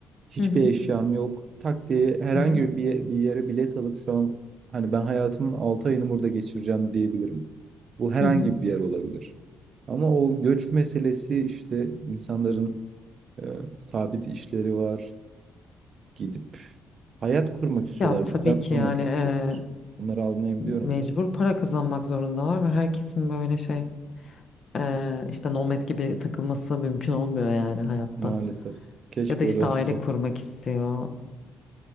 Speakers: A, on the right; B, on the left.
A: Hiçbir
B: Hı hı,
A: eşyam yok. Tak diye herhangi
B: hı hı,
A: bir, ye- bir yere bilet alıp şu an hani ben hayatımın 6 ayını burada geçireceğim diyebilirim. Bu herhangi
B: hı hı.
A: bir yer olabilir. Ama o göç meselesi işte insanların e, sabit işleri var. Gidip hayat kurmak istiyorlar,
B: Ya tabii
A: düzen kurmak
B: ki yani eee,
A: Onları anlayabiliyorum
B: mecbur
A: ben.
B: para kazanmak zorundalar ve herkesin böyle şey eee, işte nomad gibi takılması mümkün olmuyor yani hayatta.
A: Maalesef. Keşke
B: Ya da işte
A: öyle olsa.
B: aile kurmak istiyor.